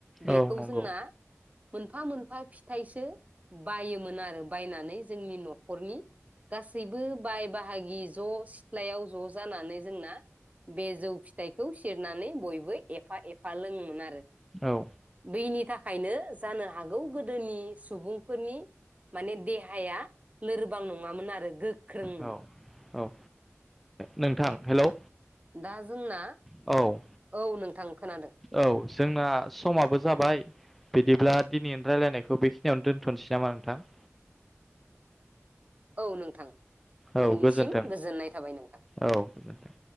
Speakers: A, on the right (about 30°); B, in the centre.
A: बेखौ
B: औ नंगौ
A: जोंना मोनफा मोनफा फिथाइसो। बायोमोन आरो बायनानै जोंनि न'खरनि गासैबो बाय बाहागि ज सिथ्लायाव ज जानानै जोंना बे जौ फिथाइखौ सेरनानै बयबो एफा एफा लोङोमोन आरो
B: औ
A: बेनि थाखायनो जानो हागौ गोदोनि सुबुंफोरनि माने देहाया लोरबां नङामोन आरो गोख्रों।
B: औ औ नोंथां हेलौ।
A: दा जोंना।
B: औ।
A: औ नोंथां। खोनादों
B: औ जोंना समाबो जाबाय बिदिब्ला। दिनै रायजलायनायखौ बेखिनियावनो दोनथनोसै नामा नोंथां।
A: औ नोंथां।
B: औ
A: नोंनिसिम
B: गोजोनथों
A: गोजोननाय थाबाय नोंथां
B: औ गोजोनथों।